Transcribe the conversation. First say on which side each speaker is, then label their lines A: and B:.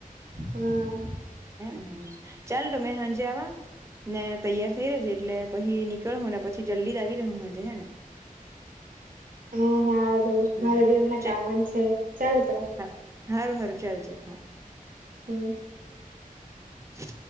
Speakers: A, on the right; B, on the right.
A: હા હા
B: હ, હ. ચાલ તમે હાંજે આવા? મેં તૈયાર થઈ રે જે એટલે પહી નીકળું ને પછી જલ્દી જ આવી રેહુ હાજે હે ને? <inaudible>
A: હા હા રે
B: હમ
A: મારે બી હમણાં
B: ચ
A: કામ જ છે ચાલ તો.
B: હા હારું હારું ચાલ ચાલ હા.
A: બસ.
B: <inaudible>